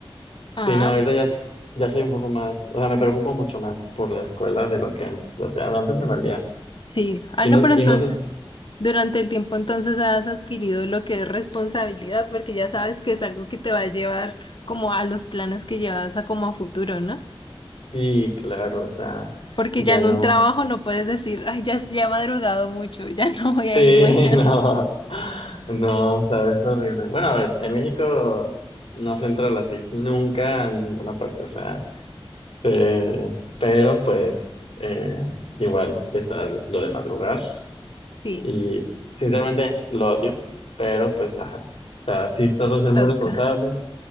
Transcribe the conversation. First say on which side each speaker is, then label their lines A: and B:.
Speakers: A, on the left; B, on the left.
A: Ah,
B: Sí, no, ahorita ya, ya soy un poco más, o sea, me preocupo mucho más por la escuela de lo que antes. O sea, antes me valía.
A: sí. Ah,
B: Y
A: no,
B: no,
A: pero entonces,
B: y no sé.
A: durante el tiempo entonces has adquirido lo que es responsabilidad, porque ya sabes que es algo que te va a llevar como a los planes que llevas a como a futuro, ¿no?
B: Sí, claro, o sea,
A: Porque
B: ya
A: ya en
B: no.
A: un trabajo no puedes decir, ay, ya, ya he madrugado mucho, ya <laughs> no voy a
B: Sí,
A: ir mañana.
B: <laughs> no. No, o sea, es horrible. Bueno, a ver, en México no se entra a las seis nunca en ninguna parte, o sea, eh, pero pues eh, igual está lo de madrugar
A: Sí,
B: y sinceramente lo odio, pero pues ajá. O sea, sí trato de ser
A: toca.
B: muy responsable.